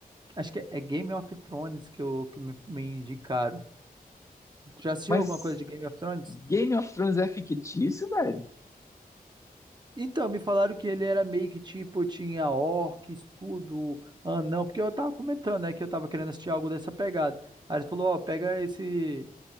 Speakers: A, on the right (about 30°); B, on the left (about 20°).
A: Acho que é, é Game of Thrones que, eu, que me, me indicaram. Tu já assistiu
B: Mas
A: alguma coisa de Game of Thrones?
B: Game of Thrones é fictício, velho?
A: Então, me falaram que ele era meio que tipo, tinha orc, escudo, anão, porque eu tava comentando, né, que eu tava querendo assistir algo dessa pegada. Aí ele falou, ó, pega esse